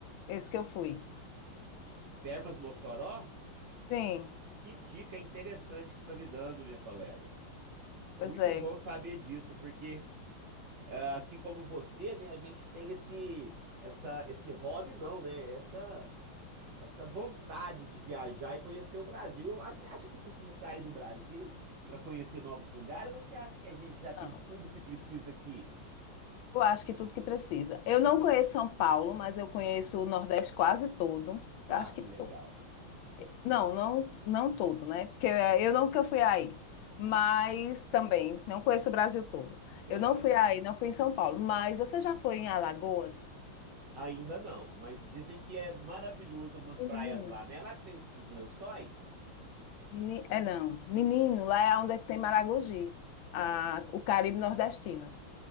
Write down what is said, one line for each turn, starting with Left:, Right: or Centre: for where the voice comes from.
Left: esse que eu fui.
Right: Termas Mossoró?
Left: Sim,
Right: Que dica interessante que você está me dando, minha colega.
Left: pois
Right: Muito
Left: é.
Right: bom saber disso, porque ah, assim como você, né, a gente tem esse, essa, esse hobby, não, né? Essa, essa vontade de viajar e conhecer o Brasil. Eu acho- Você acha que precisa sair do Brasil para conhecer novos lugares? Ou você acha que a gente já tem
Left: Não,
Right: tudo que precisa aqui?
Left: eu acho que tudo que precisa. Eu não conheço São Paulo, mas eu conheço o Nordeste quase todo. Eu
Right: Ah,
Left: acho que
Right: que
Left: todo.
Right: legal.
Left: Não, não, não todo, né? Porque eh, eu nunca fui aí, mas também não conheço o Brasil todo.
Right: Aham.
Left: Eu não fui aí, não fui em São Paulo, mas você já foi em Alagoas?
Right: Ainda não, mas dizem que é maravilhoso umas
Left: Menino,
Right: praias lá, né? É Lá que tem os, os lençóis.
Left: menino, é não, menino, lá é onde tem Maragogi, a- o Caribe nordestino.